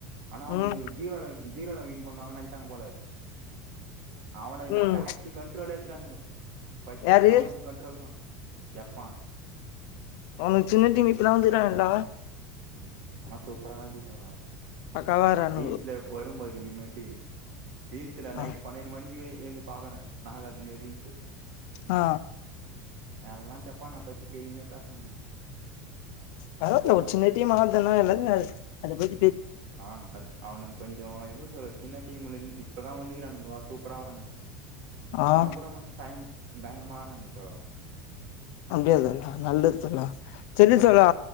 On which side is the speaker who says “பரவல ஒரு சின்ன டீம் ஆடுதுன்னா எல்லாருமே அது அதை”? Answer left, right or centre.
Left